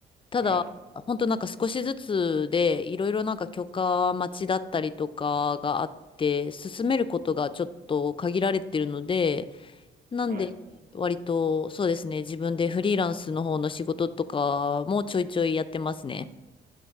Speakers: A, on the left; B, on the right.
A: ただ、
B: はい。
A: 本当なんか少しずつで、いろいろなんか許可待ちだったりとかがあって、進めることがちょっと限られてるので、なんで、
B: はい。
A: 割と、そうですね、自分でフリーランスの方の仕事とかもちょいちょいやってますね。